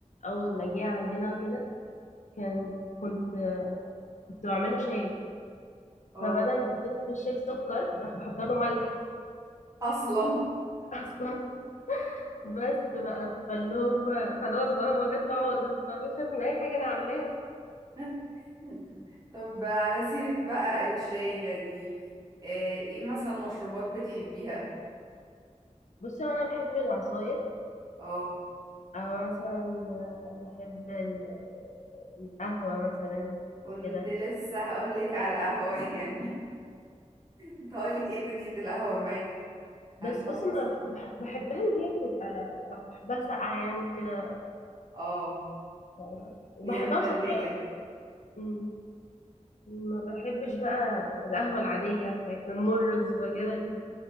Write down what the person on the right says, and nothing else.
اه
اصلا
<laughs> طب على سيرة بقى الشاي يعني آه، ايه مثلا مشروبات بتحبيها
اه
كنت
لسه هقولك على القهوة <laughs> يعني كنت هقولك ايه دنيا القهوة معاكي
انا
بص
اه
ليا مثلجة